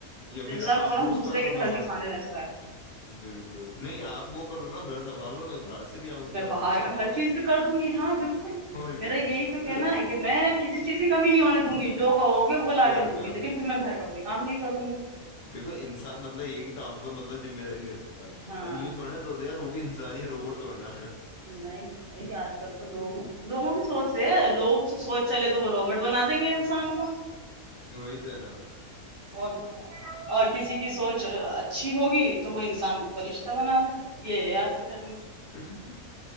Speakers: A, on the left (about 80°); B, on the right (about 50°).
A: یا پھر
B: انسان
A: آپ
B: فورا
A: وہ
B: دوسرے
A: کر
B: کے
A: لو میں
B: گھر
A: باہر
B: دکھانے لگتا ہے
A: بالکل نہیں آپ وہ کر لو نا گھر سنبال لو میں باہ پھر ہی آؤں
B: میں
A: کیا
B: باہر
A: دقت
B: کا
A: ہے
B: ہر چیز کر دوں گی ہاں بالکل
A: اور
B: میرا
A: کیا
B: یہی تو
A: کیونکہ
B: کہنا ہے کہ میں کسی چیز کی کمی نہیں ہونے دوں گی جو کہو گے وہ لا
A: اور
B: کے دوں
A: کیا
B: گی لیکن پھر میں گھر کا کوئی کام نہیں کروں گی
A: دیکو انسان مطلب ایک ہی کام پر مطلب ذمہ داری لے سکتا ہے
B: ہاں
A: اب یو تھوا دو تو یار وہ بھی انسان ہی ہے روبوٹ تھوڑی نا ہے
B: نہیں یہی آج کل تو لوگ لوگوں کی سوچ سے لوگ سوچ چلے تو وہ روبٹ بنا دیں گے انسان کو
A: وہی تو ہے نا
B: اور کچھ اور کسی کی سوچ اچھی ہوگی تو وہ انسان کو فرشتہ بنا دیں یہ ہے آج کے ٹائم میں
A: <inaudible>